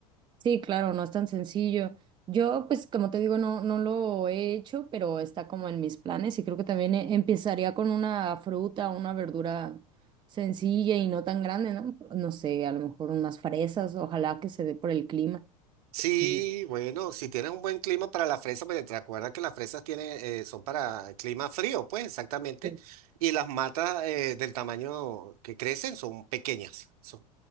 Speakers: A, on the right; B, on the right.
A: sí, claro, no es tan sencillo. Yo, pues, como te digo, no, no lo he hecho, pero está como en mis planes y creo que también eh, empezaría con una fruta, una verdura sencilla y no tan grande, ¿no? No sé, a lo mejor unas fresas, ojalá que se dé por el clima.
B: Sí,
A: <laughs>
B: bueno, si tienes un buen clima para la fresa, porque te acuerdas que las fresas tienen, eh, son para clima frío, pues exactamente.
A: Sí,
B: Y las matas eh, del tamaño que crecen son pequeñas, son-